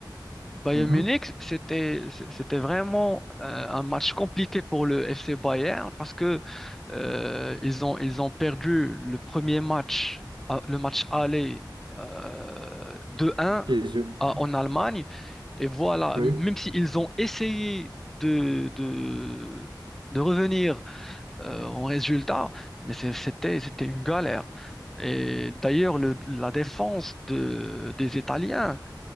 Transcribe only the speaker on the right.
Mhm.
Chez eux.
Oui,